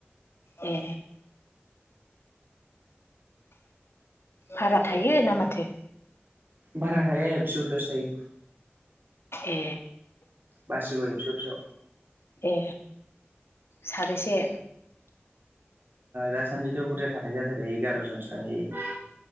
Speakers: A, on the left; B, on the right.
A: ए भारा थायो ना माथो?
B: भारा थाया एबसु अफिसावसो थायो।
A: ए
B: बासुगाव एबसु अफिसाव।
A: ए साबेसे?
B: दासान्दिथ' बुरजा थानाय जाथारो एगार' जनसो थानाय जायो।